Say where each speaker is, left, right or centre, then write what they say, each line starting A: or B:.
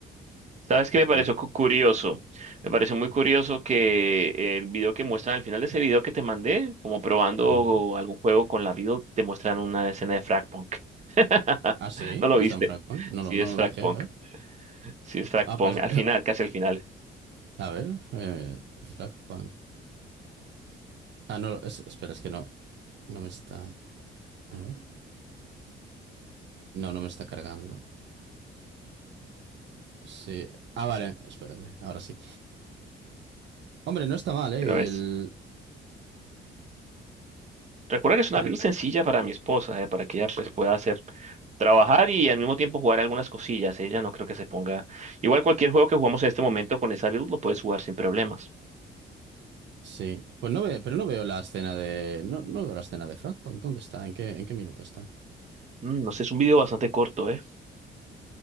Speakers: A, on the right (about 35°); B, on the right (about 65°).
A: ¿Sabes qué
B: Ya
A: me pareció
B: lo...
A: cu- curioso? Me pareció muy
B: ¿qué?
A: curioso que el video que muestran al final de ese video que te mandé, como probando
B: Ujú.
A: algún juego con la Build, te muestran una escena de Fragpunk. <laughs>
B: Ah, sí,
A: ¿No lo
B: o
A: viste?
B: está en Fragpunk. No,
A: Sí
B: lo- no
A: es Fragpunk,
B: me fijé, a ver.
A: sí es Fragpunk,
B: Ah, pues <laughs>
A: al final, casi al final,
B: a ver, eh, Fragpunk. Ah, no, es- espera, es que no, no me está. A ver. No, no me está cargando. Sí. Ah, vale, espérate, ahora sí. Hombre, no está mal, ¿eh?
A: pero
B: Y
A: es...
B: el.
A: Recuerda que es una
B: Pero.
A: build sencilla para mi esposa, eh, para que ella pues pueda hacer trabajar y al mismo tiempo jugar algunas cosillas. Ella no creo que se ponga. Igual cualquier juego que jugamos en este momento con esa build lo puedes jugar sin problemas.
B: Sí. Pues no veo, pero no veo la escena de. No, no veo la escena de Frank. Punk. ¿Dónde está? ¿En qué, en qué minuto está?
A: Mm, no sé, es un video bastante corto, ¿eh?